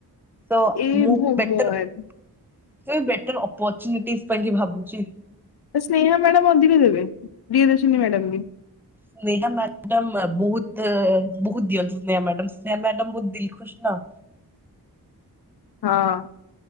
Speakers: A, in the centre; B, on the left.
A: ତ
B: ଏ
A: ମୁଁ
B: ଭଗବାନ।
A: ବେଟର ଅପର୍ଚୁନିଟି ପାଇଁ ଭାବୁଛି।
B: ସ୍ନେହା ମ୍ୟାଡାମ ଅଧିକ ଦେବେ ପ୍ରିୟଦର୍ଶିନୀ ମ୍ୟାଡ଼ାମ ବି
A: ସ୍ନେହା ମ୍ୟାଡାମ ବହୁତ ବହୁତ ଦିଅନ୍ତି ସ୍ନେହା ମ୍ୟାଡାମ ସ୍ନେହା ମ୍ୟାଡାମ ବହୁତ ଦିଲ୍ ଖୁସି ନା
B: ହଁ